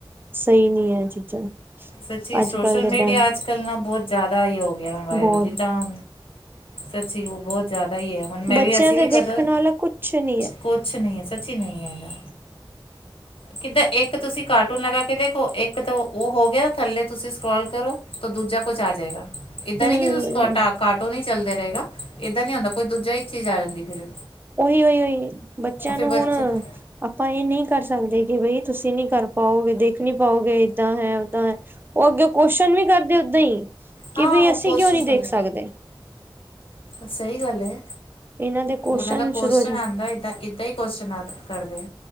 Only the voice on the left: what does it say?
ਸੱਚੀ ਸੋਸ਼ਲ
ਮੀਡੀਆ
ਅੱਜ ਕੱਲ੍ਹ ਨਾ ਬਹੁਤ ਜ਼ਿਆਦਾ ਹੀ ਹੋ ਗਿਆ ਵਾਇਰਲ
ਜਿੱਦਾਂ ਸੱਚੀ ਬਹੁਤ ਜ਼ਿਆਦਾ ਹੀ ਹੈ ਹੁਣ ਮੈਂ
ਵੀ ਅਸੀਂ
ਵੀ ਕਦਰ
ਕੁਛ ਨਹੀਂ ਹੈ ਸੱਚੀ ਨਹੀਂ ਹੈਗਾ ਕਿੱਦਾਂ ਇੱਕ ਇੱਕ ਤੁਸੀਂ ਕਾਰਟੂਨ ਲਗਾ ਕੇ ਦੇਖੋ ਇੱਕ ਤਾਂ ਉਹ ਹੋ ਗਿਆ ਥੱਲੇ ਤੁਸੀਂ ਸਕ੍ਰੋਲ ਕਰੋ ਤਾਂ ਦੂਜਾ ਕੁਛ ਆ ਜਾਏਗਾ ਏਦਾਂ
ਨੀ ਕਿ ਤੁਟਾ ਕਾਰਾਟੋ ਨਹੀਂ ਚੱਲਦੇ ਰਹੇਗਾ ਏਦਾਂ ਨੀ ਆਉਂਦਾ ਕੋਈ ਦੂਜਾ ਹੀ ਚੀਜ਼ ਆ ਜਾਂਦੀ ਫਿਰ
ਉਹ ਫਿਰ
ਬੱਚੇ
ਤਾਂ
ਹਾਂ
ਉਹ
ਕੁਸ਼ਚਨ
ਤੋਂ
ਹੈ
ਸਹੀ ਗੱਲ ਐ।
ਓਹਨਾਂ ਦਾ ਕੋਸ਼ਚਨ
ਆਉਂਦਾ ਇਦਾਂ ਏਦਾਂ ਹੀ ਕੋਸ਼ਚਨ ਆ ਕਰਦੇ।